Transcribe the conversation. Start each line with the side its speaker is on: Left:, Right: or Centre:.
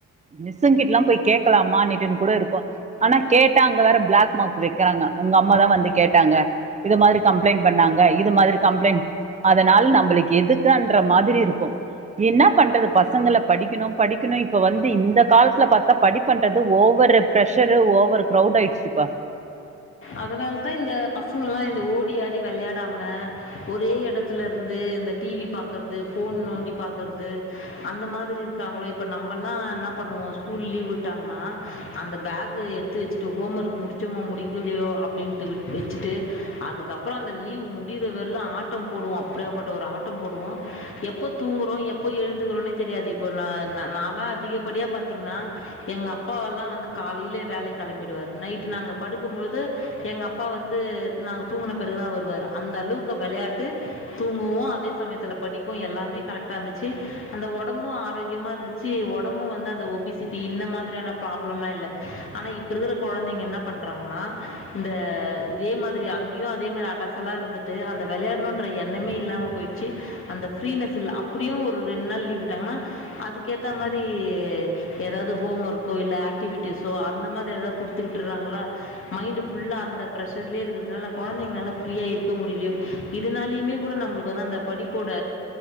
Right: மிஸ்ங்கிட்டல்லாம் போய் கே்கலாமட்டுன்ன கூட இருக்கும் ஆனா கேட்டா அங்க வேற பிளாக் மார்க் வைக்கிறாங்க உங்க அம்மா தான் வந்து கேட்டாங்க இத மாதிரி கம்ப்ளைண்ட் பண்ணாங்க இது மாதிரி கம்ளைண்ட் அதனால நம்மளுக்கு எதுக்குன்ற மாதிரி இருக்கும் என்ன பண்றது பசங்கள படிக்கணும் படிக்கணும் இப்ப வந்து இந்த காலத்துல பாத்தா படி பண்றது ஓவரு பிரஷரு ஓவர் கிரௌட் ஆயிடுச்சுப்பா
Left: அதனால தான் இந்த பசங்க எல்லாம் இந்த ஓடி ஆடி வெளையாடாம ஒரே எடத்துல இருந்து இந்த டிவி பாக்கறது போன் நோண்டி பாக்குறது அந்த மாதிரி இருக்காங்களோ இப்ப நம்மல்லாம் என்ன பண்ணுவோம் ஸ்கூல் லீவ் விட்டாங்கன்னா அந்த பேக் எடுத்து வச்சுட்டு ஹோம் ஒர்க் முடிச்சோமா முடி அப்படின்ட்டு வச்சுட்டு அதுக்கப்புறம் அந்த லீவ் முடியிறவர்லும் ஆட்டம் போடுவோம் அப்படியாப்பட்ட ஒரு ஆட்டம் போடுவோம் எப்போ தூங்குறோம் எப்போ எழுதுகிறோம்னே தெரியாது இப்போ நல்லாம் அதிகப்படியா பா்த்தீங்கன்னா எங்க அப்பாவெல்லாம் வந்து காலையில வேலை கிளம்பிடுவாரு நைட்டு நாங்க படு து எங்க அப்பா வந்து நாங் தூங்கின பிறகுதான் வருவரு அந்த அளவுக்கு விளையாட்டு தூங்குவோம் அதே சமயத்துல படிப்போ எல்லாமே கரெக்டா இருந்துச்சு அந்த ஒடம்பும் ஆரோக்கியமா இருந்துச்சு ஒடம்பும் வந்து அந்த ஒபிசிட்டி இந்த மாதிரான பிராப்ளம் இல்ல ஆன இப்ப இருக்கிற கொழந்தைங்க என்ன பண் றாங்னா இந்த இதே மாதிரி அங்கேயும் அதே மாதிரி அடசலா இருந்துட்டு அந்த விளையாடணுன்ற எண்ணமே இல்லாமல் போயிடுச்சு அந்த ஃப்ரீனஸ் அப்படியும் ஒரு ரெண்டு நாள் லீவ் விட்டாங்கன்னா அதுக்க ஏற்ற மாதிரி ஏதாவது ஹோம் ஒர்க்கோ இல் ஆக்டிவிட்டிஸோ அந்த மாதிரி எதாது கொடுத்து விட்டுருறாங்களா மைண்ட்ஃபுல்லா அந்த பிரஷர்லயே இருக்கிறதுனால கொழந்தைங்கல்லா ஃப்ரீயா இருக்க முடில்லியோ இதுனாலயுமே கூட நம்மளுக்கு வந்து அந்த படிப்போட